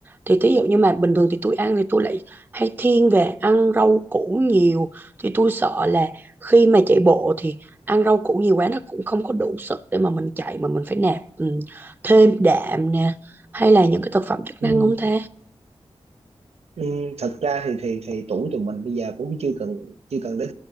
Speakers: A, on the right; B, on the right.
A: thì thí dụ như mà bình thường thì tôi ăn thì tôi lại hay thiên về ăn rau củ nhiều thì tôi sợ là khi mà chạy bộ thì ăn rau củ nhiều quá nó cũng không có đủ sức để mà mình chạy mà mình phải nạp ừ, thêm đạm nè hay là những cái thực phẩm chức
B: Ừ,
A: năng không ta
B: Ừ, thật ra thì thì thì tuổi tụi mình bây giờ cũng chưa cần chưa cần đến